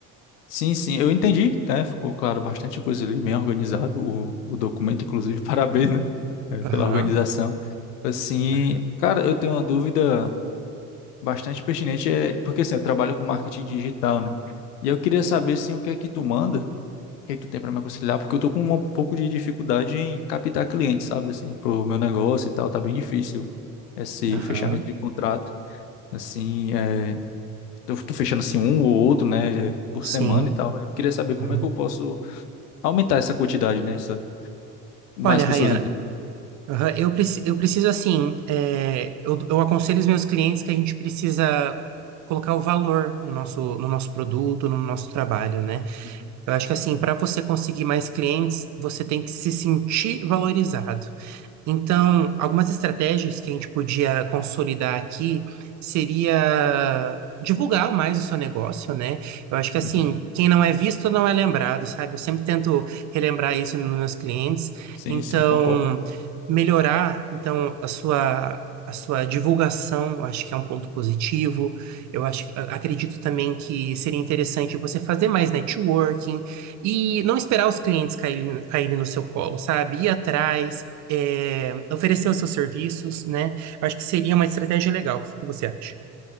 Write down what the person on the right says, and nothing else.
Aham,
aham,
aham.
Sim.
uhum.
Olha,
Rayan,
Aham, Eu, preci- eu preciso, assim, é, eu, eu aconselho os meus clientes que a gente precisa colocar o valor no nosso, no nosso produto, no nosso trabalho, né?
Eu acho que, assim, para você conseguir mais clientes, você tem que se sentir valorizado. Então, algumas estratégias que a gente podia consolidar aqui seria divulgar mais o seu negócio, né? Eu acho que assim,
quem não é visto não é lembrado, sabe? Eu sempre tento relembrar isso nos meus clientes.
Então,
melhorar então a sua a sua divulgação, eu acho que é um ponto positivo. Eu acho, que- a- acredito também que seria interessante você fazer mais networking e não esperar os clientes caírem, caírem no seu colo, sabe? Ir atrás é, oferecer os seus serviços, né? Eu acho que seria uma estratégia legal. O que que você acha?